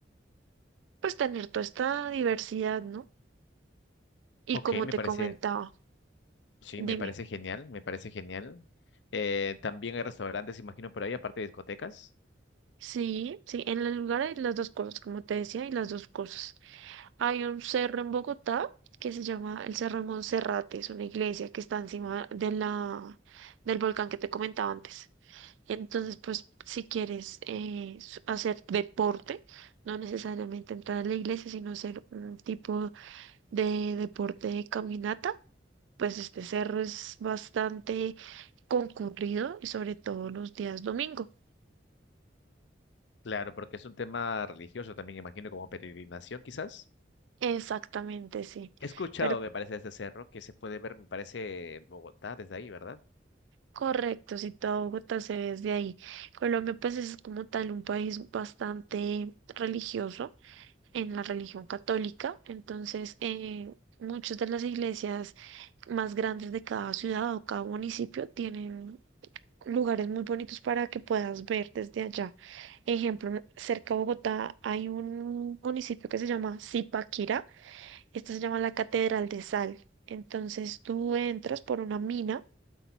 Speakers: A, on the right (about 85°); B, on the left (about 70°).
A: pues tener toda esta diversidad, ¿no? Y
B: Ok,
A: como
B: me
A: te
B: parece,
A: comentaba,
B: sí,
A: dime.
B: me parece genial, me parece genial. Eh, también hay restaurantes, imagino, por ahí, aparte de discotecas.
A: Sí, sí, en el lugar hay las dos cosas, como te decía, y las dos cosas. Hay un cerro en Bogotá que se llama el Cerro de Monserrate, es una iglesia que está encima de la, del volcán que te comentaba antes. Entonces, pues si quieres eh, s- hacer deporte, no necesariamente entrar a la iglesia, sino hacer un tipo de deporte de caminata, pues este cerro es bastante concurrido y sobre todo los días domingo.
B: Claro, porque es un tema religioso también, imagino, como peregrinación, quizás.
A: Exactamente, sí.
B: He escuchado,
A: Pero
B: me parece, de este cerro que se puede ver, me parece, Bogotá desde ahí, ¿verdad?
A: Correcto, si toda Bogotá se ve desde ahí. Colombia, pues es como tal un país bastante religioso en la religión católica, entonces eh, muchas de las iglesias más grandes de cada ciudad o cada municipio tienen lugares muy bonitos para que puedas ver desde allá. Ejemplo, cerca de Bogotá hay un municipio que se llama Zipaquirá, esta se llama la Catedral de Sal. Entonces tú entras por una mina.